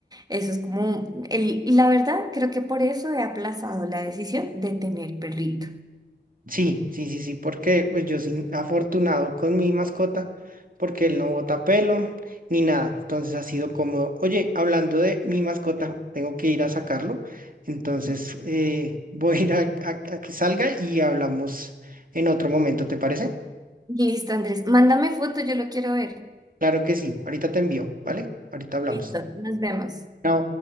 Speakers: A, on the right; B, on the right.
A: Eso es como el, y la verdad, creo que por eso he aplazado la decisión de tener perrito.
B: Sí, sí, sí, sí, porque pues yo soy afortunado con mi mascota, porque él no bota pelo ni nada, entonces ha sido cómodo. Oye, hablando de mi mascota, tengo que ir a sacarlo, entonces eh, <laughs> voy a ir a, a a que salga y hablamos en otro momento, ¿te parece?
A: Listo, Andrés. Mándame foto, yo lo quiero ver.
B: Claro que sí, ahorita te envío, ¿vale? Ahorita hablamos.
A: Listo, nos vemos.
B: Chao.